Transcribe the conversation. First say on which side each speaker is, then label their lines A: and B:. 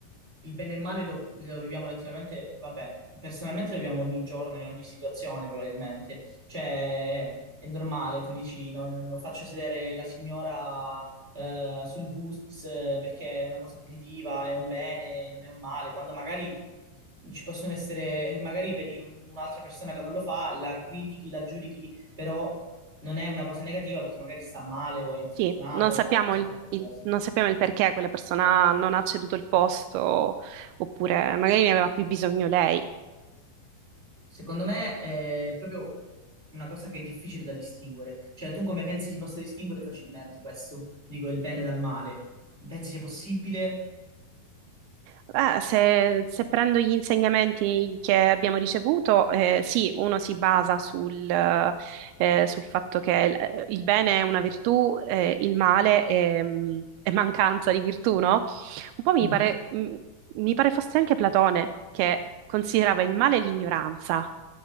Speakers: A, on the right; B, on the right.
A: il bene e il male lo, lo viviamo letteralmente, vabbè, personalmente lo viviamo ogni giorno, in ogni situazione probabilmente. Cioè, è normale, tu dici, non faccio sedere la signora eh, sul bus eh, perché è una cosa positiva, è un bene, non è un male, quando magari ci possono essere, magari vedi un- un'altra persona che non lo fa, la critichi, la giudichi, però non è una cosa negativa perché magari sta male o è infortunato,
B: sì. Non sappiamo
A: o ha così
B: il,
A: tante
B: il-
A: cose.
B: non sappiamo il perché quella persona non ha ceduto il posto oppure magari ne aveva più bisogno lei.
A: Secondo me è proprio una cosa che è difficile da distinguere. Cioè, tu come pensi si possa distinguere facilmente questo? Dico il bene dal male. Pensi sia possibile?
B: Beh, se, se prendo gli insegnamenti che abbiamo ricevuto, eh, sì, uno si basa sul, eh, sul fatto che il, il bene è una virtù, eh, il male è, mm, è mancanza di virtù, no? Un po' mi
A: Mhm.
B: pare, mm, mi pare fosse anche Platone che considerava il male l'ignoranza